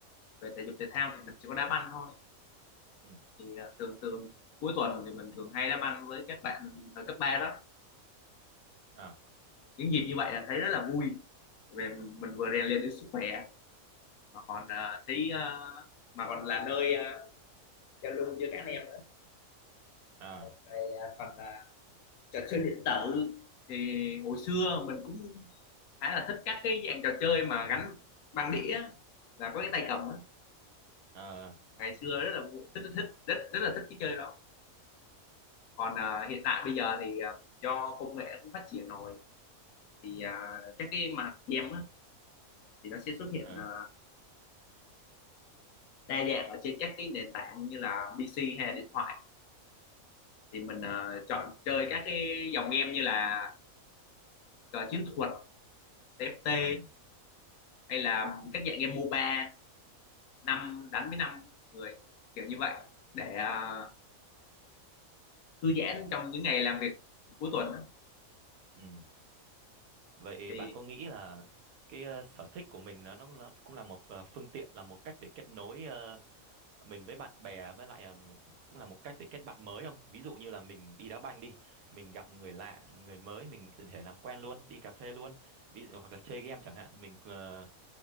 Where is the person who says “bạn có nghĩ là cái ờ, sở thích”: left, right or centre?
Right